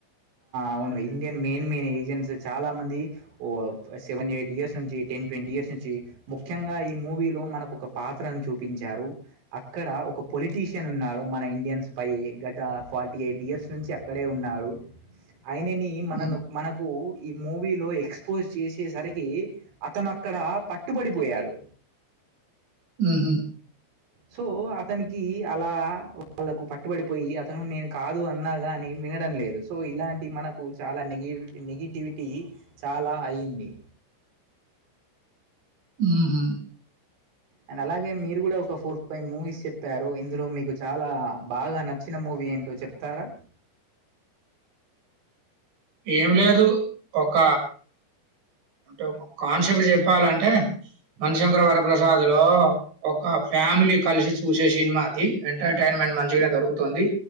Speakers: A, on the right; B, on the right.
A: అవును ఇండియన్ మెయిన్ మెయిన్ ఏజెంట్స్ చాలా మంది ఓ సెవెంటీ ఎయిట్ ఇయర్స్ నుంచి టెన్ ట్వంటీ బస్ ను ముఖ్యంగా ఈ మూవీ లో మనకు ఒక పాత్రను చూపించారు అక్కడ ఒక పొలి పొాలిటీషియన్ ఉన్నాడు మన ఇండియన్స్ పై గత ఫార్టీ ఎయిట్ ఇయర్స్ నుంచి అక్కడే ఉన్నాడు ఆయనని మనను
B: ఉమ్,
A: మనకు ఈ మూవీలో ఎక్స్పోజ్ చేసేసరికి అతను అక్కడ పట్టుబడిపోయాడు
B: ఉహుమ్మ్
A: సో అతనికి అలా వాళ్ళకు పట్టుబడిపోయి అతను నేను కాదు అన్నాగాని వినడం లేదు సో ఇలాంటి మనకు చాలా నెగి నెగిటివిటీ చాలా అయింది
B: ఉహుమ్మ్
A: అండ్ అలాగే మీరు కూడా ఒక ఫోర్ ఫైవ్ మూవీస్ చెప్పారు ఇందులో మీకు చాలా బాగా నచ్చిన మూవీ ఏంటో చెప్తారా
B: ఏం లేదు ఒక ే కాన్సెప్ట్ చెప్పాలంటే మనిశంకర్ వరప్రసాద్ లో ఒక ఫ్యామిలీ కలిసి చూసే సినిమా అది ఎంటర్టైన్మెంట్ మంచిగానే దొరుకుతుంది